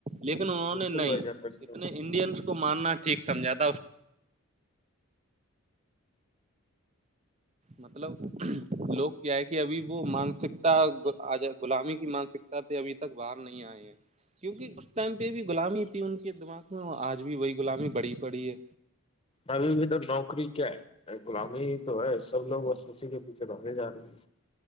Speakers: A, on the right (about 30°); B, on the left (about 25°).
A: لیکن انہوں
B: بالکل
A: نے نہیں
B: بھائی جان بالکل
A: اتنے انڈینس کو ماننا ٹھیک سمجھا تھا مطلب لوگ کیا ہے کہ ابھی وہ مانسکتا لامی کی مانسک ے اب تک باہر نہیں آئے ہیں کیونکہ اس ٹائم پہ بھی غلامی تھی ان کے دماغ میں اور آج بھی وہی غلامی بڑی پڑی ہے
B: ابھی بھی تو نوکری کیا ہے لامی تو ہے سب لوگ ب اسی کےھ چ بے جا رہے ہیں